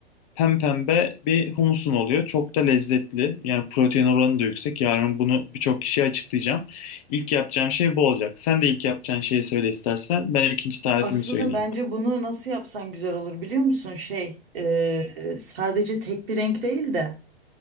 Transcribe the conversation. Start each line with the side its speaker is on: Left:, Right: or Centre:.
Left: Pempembe bir humusun oluyor. Çok da lezzetli. Yani protein oranı da yüksek. Yarın bunu birçok kişiye açıklayacağım. İlk yapacağım şey bu olacak. Sen de ilk yapacağın şeyi söyle istersen. Ben ikinci tarifimi
Right: Aslında
Left: söyleyeyim.
Right: bence bunu nasıl yapsan güzel olur biliyor musun? Şey, e, sadece tek bir renk değil de